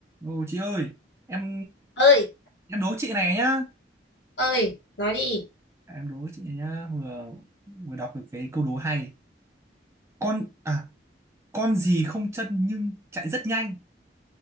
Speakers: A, on the right; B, on the left.
A: Ô chị ơi, em
B: ơi
A: em đố chị này nhá.
B: ơi nói đi
A: À, Em đố chị này nhá, vừa vừa đọc được cái câu đố hay. Con à, con gì không chân nhưng chạy rất nhanh.